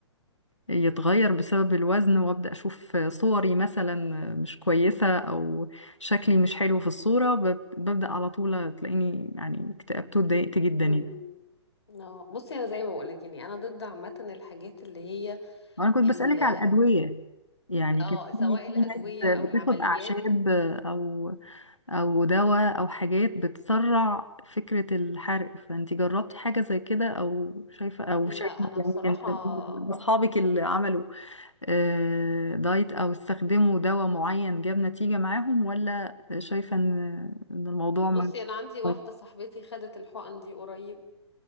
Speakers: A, on the left (about 80°); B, on the left (about 65°).
A: يتغير بسبب الوزن وابدا اشوف صوري مثلا مش كويسه او شكلي مش حلو في الصوره بب- ببدا على طول تلاقيني يعني اكتئبت واتضايقت جدا
B: مم.
A: يعني
B: اه بصي انا زي ما بقولك يعني انا ضد عامه الحاجات اللي هي
A: انا كنت
B: ال
A: بسالك على الادويه يعني
B: اه
A: كان
B: سواء
A: في في
B: الادويه
A: ناس
B: او
A: بتاخد
B: العمليات
A: اعشاب او او دواء او حاجات بتسرع فكره الحرق فانت جربتي حاجه زي كده او شايفه او
B: لا
A: شايفه
B: انا
A: يعني
B: بصراحه
A: من من اصحابك اللي عملوا آه، دايت او استخدموا دواء معين جاب نتيجة معاهم ولا شايفة ان إن الموضوع
B: بصي
A: ما
B: انا عندي واحده
A: طيب.
B: صاحبتي خدت الحقن دي قريب